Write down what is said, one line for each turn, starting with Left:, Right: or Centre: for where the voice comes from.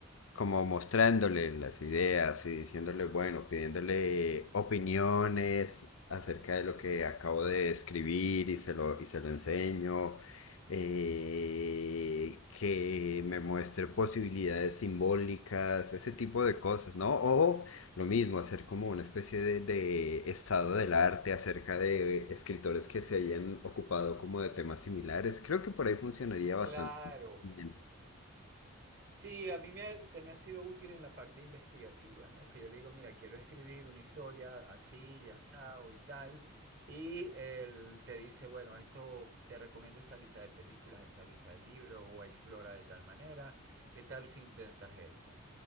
Left: como mostrándole las ideas y diciéndole, bueno, pidiéndole
Right: Ujú.
Left: opiniones acerca de lo que acabo de escribir y se lo, y se lo enseño, eh, que me muestre posibilidades simbólicas, ese tipo de cosas, ¿no? O lo mismo, hacer como una especie de, de estado del arte acerca de escritores que se hayan ocupado como de temas similares. Creo que por ahí funcionaría bastante.
Right: Claro,
Left: bien.
Right: Sí, a mí me, se me ha sido útil en la parte investigativa, ¿no? Que yo le digo, mira, quiero escribir una historia así, ya asado y tal. Y él te dice, bueno, esto te recomiendo esta lista de películas, esta lista de libros, o explora de tal manera, ¿qué tal si intentas esto?